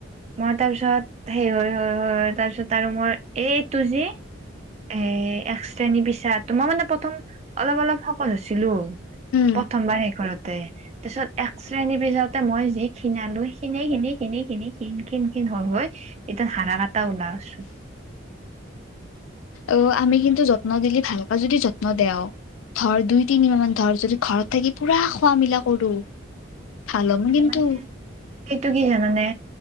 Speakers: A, on the right; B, on the left.
A: মই তাৰপিছত, সেই হয়-হয়-হয়-হয় তাৰপিছত আৰু মোৰ এইটো জি', এ', এক শ্ৰেণীৰ পিছাত, তো, মই মানে প্ৰথম অলপ অলপ শকত হৈছিলোঁ',
B: উম
A: প্ৰথমবাৰ সেই ঘৰত', তে', তাৰপিছত এক্সৰে নিবি যাওঁতে মই যি খিনালো, খিনি- খিনি -খিনি- খিনি- খিন- খিন- খিন', ন হয়', এতিয়া হাৰা কেটা ওলাইছোঁ',
B: অ' আমি কিন্তু যত্ন দিলি ভালকৈ যদি যত্ন দেও', ধৰ দুই তিনি মাহ মান ধৰ যদি ঘৰত থাকি পুৰা খোৱা মিলা কৰো ভাল হম
A: সেই
B: কিন্তু
A: মানে, সেইটো কি জানানে?